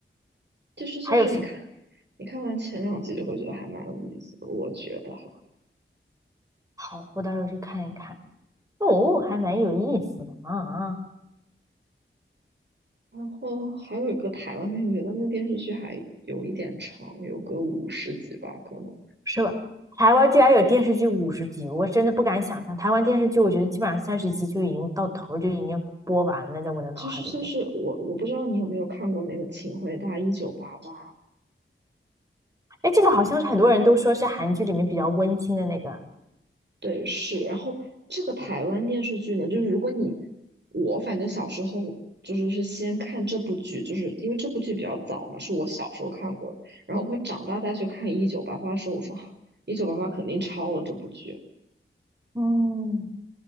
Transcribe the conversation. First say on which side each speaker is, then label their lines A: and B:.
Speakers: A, on the right; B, on the right.
A: 就是就是你看，
B: 还有什么？
A: 你看完前两集就会觉得还蛮有意思的，我觉得哈。
B: 好，我到时候去看一看。哦，还蛮有意思的啊，
A: 然后还有一个台湾电视剧，但那个电视剧还有一点长，有个五十集吧，可能。
B: 是吧？台湾居然有电视剧五十集，我真的不敢想象。台湾电视剧，我觉得基本上三十集就已经到头就已经播完了，在我的脑海里就。
A: 就是就是我我不知道你有没有看过那个《请回答一九八八》，
B: 哎，这个好像是很多人都说是韩剧里面比较温馨的那个
A: 对，是。然后这个台湾电视剧呢，就是如果你我反正小时候就是是先看这部剧，就是因为这部剧比较早嘛，是我小时候看过的。然后我长大再去看《一九八八》的时候，我说。啊一九八八肯定抄了这部剧，
B: 嗯，